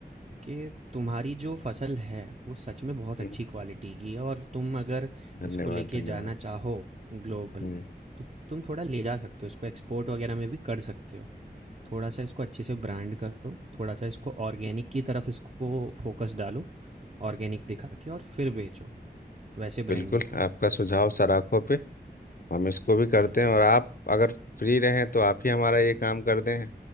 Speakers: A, on the right; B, on the left.
A: कि तुम्हारी जो फसल है वो सच में बहुत अच्छी
B: हम्म,
A: क्वालिटी की है और तुम अगर
B: धन्यवाद
A: इसको लेके
B: धन्यवाद
A: जाना चाहो ग्लोबल
B: जी
A: तो तुम थोड़ा ले जा सकते हो इसको एक्सपोर्ट वगैरह में भी कर सकते हो थोड़ा सा इसको अच्छे से ब्रांड करो थोड़ा सा इसको ऑर्गेनिक की तरफ इसको फोकस डालो ऑर्गेनिक दिखा के और फिर बेचो वैसे ब्रांडिंग
B: बिल्कुल
A: करो
B: आपका सुझाव सराखों पे हम इसको भी करते
A: बिल्कुल
B: हैं और आप अगर फ्री रहें तो आप ही हमारा ये काम कर दें